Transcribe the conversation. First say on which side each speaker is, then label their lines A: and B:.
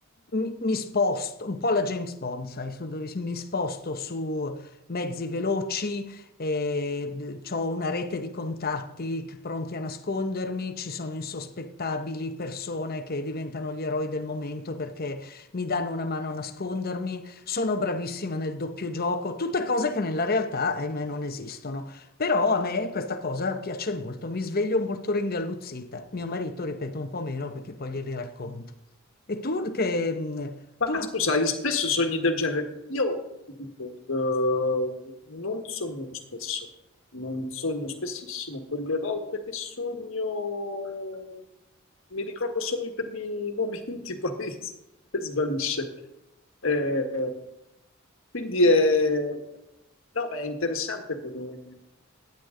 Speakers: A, on the left; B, on the left.
A: mi, mi sposto un po' alla James Bond, sai, su dove mi sposto su mezzi veloci, eh, ho una rete di contatti che- pronti a nascondermi, ci sono insospettabili persone che diventano gli eroi del momento perché mi danno una mano a nascondermi, sono bravissima nel doppio gioco, tutte cose che nella realtà, ahimè, non esistono. Però a me questa cosa piace molto, mi sveglio molto ringalluzzita. Mio marito, ripeto, un po' meno perché poi glieli racconto. E tu che... mm,
B: Ma
A: Tu...
B: scusate, spesso sogni del genere. Io ti dico, eh, non sogno spesso, non sogno spessissimo. Quelle volte che sogno mi ricordo solo i primi momenti, <laughs> poi s- svanisce. Eh, quindi è, no, è interessante come...